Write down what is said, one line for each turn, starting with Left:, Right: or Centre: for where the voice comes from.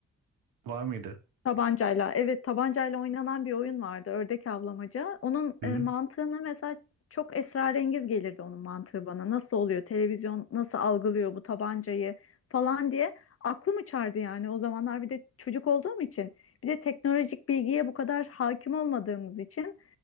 Right: Var mıydı?
Left: Tabancayla. Evet, tabancayla oynanan bir oyun vardı. Ördek avlamaca. Onun
Right: Hı
Left: e,
Right: hı.
Left: mantığını mesela çok esrarengiz gelirdi onun mantığı bana. Nasıl oluyor? Televizyon nasıl algılıyor bu tabancayı falan diye aklım uçardı yani. O zamanlar bir de çocuk olduğum için, bir de teknolojik bilgiye bu kadar hakim olmadığımız için